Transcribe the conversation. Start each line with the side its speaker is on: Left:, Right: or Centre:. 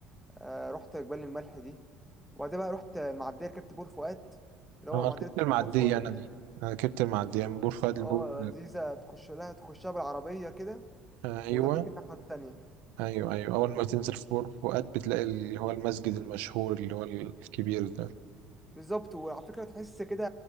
Centre: آه، رحت جبال الملح دي وبعدين بقى رحت المعديه ركبت بور فؤاد اللي هو
Right: انا
Centre: معديه
Right: ركبت
Centre: اللي بتيجي
Right: المعدية
Centre: على بور فؤاد
Right: انا دي
Centre: دي
Right: انا ركبت المعدية من بور فؤاد
Centre: اه
Right: لبور
Centre: لذيذه تخش لها تخشها بالعربيه كده
Right: آه، ايوه
Centre: وتديك الناحيه التانيه
Right: ايوه ايوه اول ما تنزل في بور فؤاد بتلاقي اللي هو المسجد المشهور اللي هو الكبير ده
Centre: بالظبط وعلى فكره تحس كده